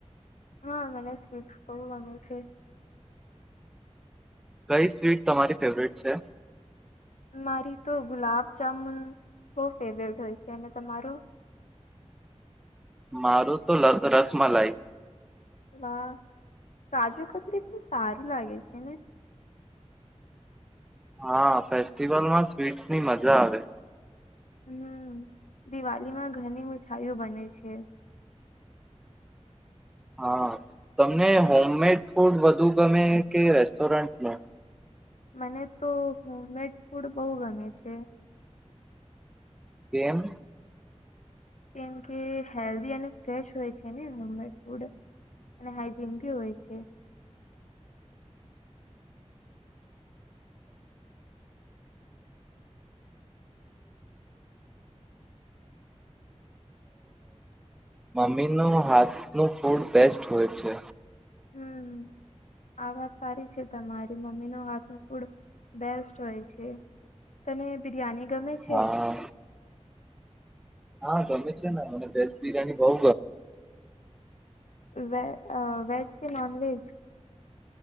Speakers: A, on the left; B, in the centre.
A: હા મને સ્વીટ્સ બહુ ગમે છે.
B: કઈ સ્વીટ તમારી ફેવરેટ છે.
A: મારી તો ગુલાબજામુન બહ ફેવરેટ હોય છે અને તમારો
B: મારું તો રસમલઈ.
A: વાહ કાજુ કતલીફ સારું લાગે છે ને
B: હા ફેસ્ટિવલમાં સ્વીટ્સ ની મજા આવે.
A: હમ દિવાળીમાં ઘણી મીઠાઈઓ બને છે.
B: હા તમને હોમમેડ ફૂડ વધુ ગમે કે રેસ્ટોરન્ટનું.
A: મને તો હોમમેડ ફૂડ બહુ ગમે છે.
B: કેમ
A: કેમ કે હેલ્ધી અને ફ્રેશ હોય છે નેમમેડ ફૂડ અને ચિમપી હોય છે
B: <inaudible> મમ્મી નો હાથ નુ ફૂડ બેસ્ટ હોય છે.
A: હમ્ આ વાત સારી છે તમારી મમ્મી નો હાથ ફૂડ બેસ્ટ હોય છે તને બિરિયાની ગમે છે.
B: હા હા ગમે છે ને મને વેજ બિરયાની બઉ
A: વ વેજ કે non veg